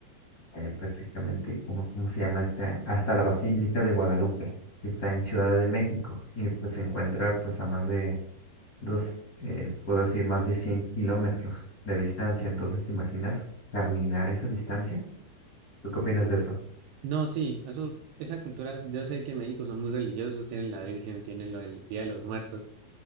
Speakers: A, on the left; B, on the right.
A: eh, prácticamente, ¿cómo, cómo se llama esta? Hasta la Basílica de Guadalupe, que está en Ciudad de México, y pues se encuentra pues a más de dos, eh, puedo decir, más de 100 kilómetros de distancia. Entonces, ¿te imaginas caminar esa distancia? ¿Tú qué opinas de eso?
B: No, sí, eso, esa cultura, yo sé que en México son muy religiosos, tienen la Virgen, tienen lo del Día de los Muertos.